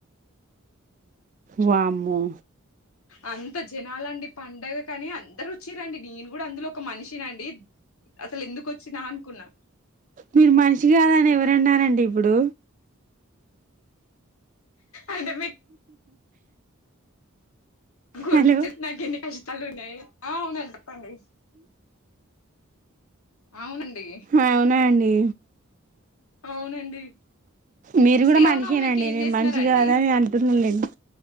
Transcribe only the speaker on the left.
అంత జనాలండి పండగ కానీ అందరు వచ్చిరండి నేను కూడా అందులో ఒక మనిషినండి అసలు ఎందుకు వచ్చినా అనుకున్నా
అంటే మీ గుడుకుచ్చస్తు
నాగే షితాలు ఉన్నాయి ఆ అవున చెప్పండి అవునండి
అవునండి
శ్రీరామనవమికి
ఏం
చేస్తున్నారండి